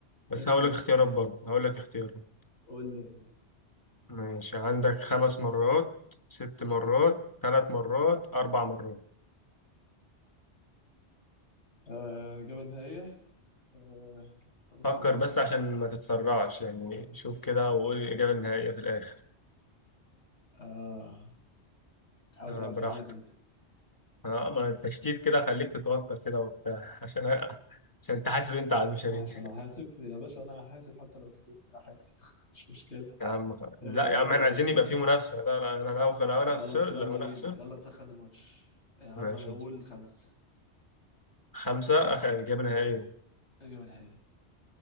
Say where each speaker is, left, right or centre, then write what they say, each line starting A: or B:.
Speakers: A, on the left; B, on the left.
A: بس
B: أكيد
A: هقول لك اختيارات برضه هقول لك اختيارات
B: قول لي
A: ماشي عندك خمس مرات ست مرات ثلاث مرات أربع مرات
B: آه إجابة نهائية آه خمس
A: فكر
B: مرات
A: بس عشان ما تتسرعش يعني شوف كده وقول الإجابة النهائية في الآخر
B: آه تحاول
A: آه
B: تلعب
A: براحتك
B: في دماغي أنت <laughs>
A: آه ما التشتيت كده خليك تتوتر كده وبتاع <laughs> عشان عشان تحاسب أنت على المشاريع
B: عشان أحاسب يا باشا أنا هحاسب حتى لو كسبت هحاسب <laughs> مش مشكلة
A: يا عم خ- لا
B: آه
A: يا عم احنا عايزين يبقى في منافسة لا لا أنا لو لو أنا
B: خلاص
A: خسرت
B: يلا
A: لو أنا
B: بينا
A: خسرت
B: يلا نسخن الماتش يا عم
A: ماشي
B: انا اقول خمسة
A: خمسة آخر إجابة نهائية
B: اجابة نهائية